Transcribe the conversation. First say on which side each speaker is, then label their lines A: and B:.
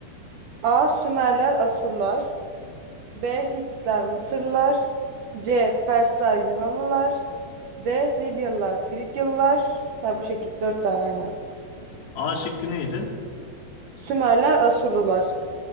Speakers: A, on the right (about 70°); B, on the left (about 85°).
A: A. Sümerler, Asurlar. B. Hititler, Mısırlılar. C. Persler, Yunanlılar. D. Lidyalılar, Frigyalılar. Ha, bu şekil. Dört tane aynen.
B: A şıkkı neydi?
A: Sümerler, Asurlular.